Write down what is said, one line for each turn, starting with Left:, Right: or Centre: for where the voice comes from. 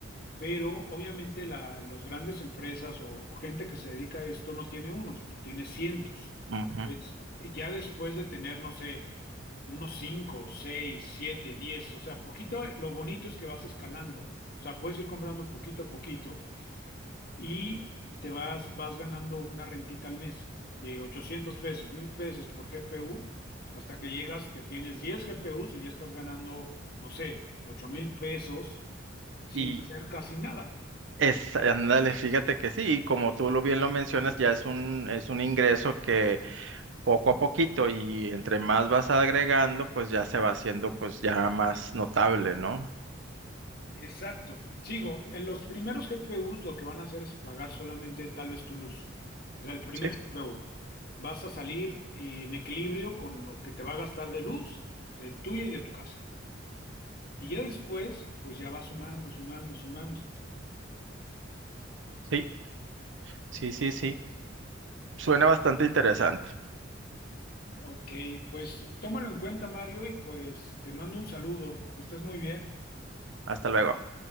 Left: pero obviamente la, los grandes empresas o, o gente que se dedica a esto no tiene uno, sino tiene cientos.
Right: ujú.
Left: Es- y ya después de tener, no sé, unos cinco, seis, siete, diez, o sea, poquito, lo bonito es que vas escalando, o sea, puedes ir comprando poquito a poquito y te vas, vas ganando una rentita al mes de 800 pesos, 1000 pesos por GPU, hasta que llegas que tienes 10 GPUs y ya estás ganando, no sé, ocho mil pesos sin
Right: Y
Left: hacer casi nada.
Right: es, ándale, fíjate que sí, y como tú lo bien lo mencionas, ya es un, es un ingreso que poco a poquito y entre más vas agregando, pues ya se va haciendo pues ya más notable, ¿no?
Left: Exacto. Sigo, en los primeros GPUs lo que van a hacer es pagar solamente tal vez tu luz. O sea, el primer
Right: Sí,
Left: GPU. Vas a salir eh, en equilibrio con lo que te va a gastar de luz, de tuya y de tu casa. Y ya después, pues ya va sumando, sumando, sumando.
Right: sí, sí, sí, sí. Suena bastante interesante.
Left: Ok, pues tómalo en cuenta, Mario, y pues te mando un saludo. Que estés muy bien.
Right: Hasta luego.